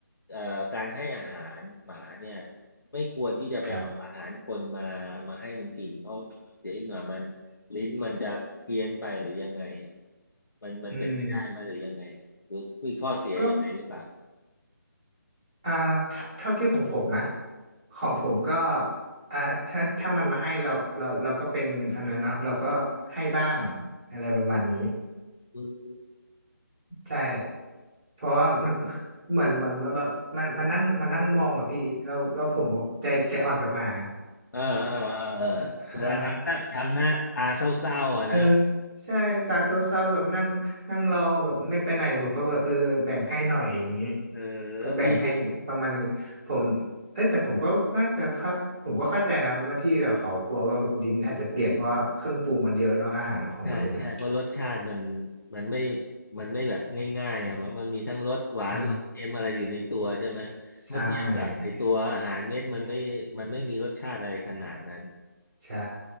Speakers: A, on the left (about 80°); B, on the right (about 20°).
A: เอ่อการให้อาหารหมาเนี่ยไม่ควรที่จะไปเอาอาหารคนมามาให้มันกินเพราะเดี๋ยวอีกหน่อยมัน
B: ครับ
A: ลิ้นมันจะเพี้ยนไปหรือยังไงมันมันเป็นไปได้ไหมหรือยังไงหรือมีข้อเสียยังไงหรือเปล่า
B: อืมก็ อ่าเท่าเท่าที่ของผมนะของผมก็
A: อื
B: อ่าถ้าถ้ามันมาให้เราเราเราก็เป็นอันนั้นเนาะเราก็ให้บ้างอะไรประมาณนี้
A: ม
B: ใช่เพราะว่ามัน <laughs> เหมือนเหมือนมันแบบมันมันนั่งมันนั่งมองอะพี่เราเราผมใจใจอ่อนกับหมา
A: เออเออเออเออเวลาทำตั้งทำหน้าตาเศร้าๆอ่ะนะ
B: <laughs> อ่า เออใช่ตาเศร้าๆแบบนั่งนั่งรอแบบไม่ไปไหนผมก็แบบเออแบ่งให้หน่อยอย่างนี้
A: เออ
B: ก็แบ่งให้ประมาณหนึ่งผม
A: พี่
B: เอ้ยแต่ผมก็น่าจะเข้าผมก็เข้าใจนะว่าที่แบบเขากลัวว่าแบบลิ้นอาจจะเปลี่ยนเพราะว่าเครื่องปรุงมันเยอะเนาะอาหารของมนุษย์อ่ะ
A: ใช่ใช่เพราะรสชาติมันมันไม่มันไม่แบบง่ายๆอ่ะมันมันมีทั้งรสหวานรสเค็มอะไรอยู่ในตัวใช่ไหม
B: เออใช่
A: เมื่อเทียบกับไอตัวอาหารเม็ดมันไม่มันไม่มีรสชาติอะไรขนาดนั้น
B: ใช่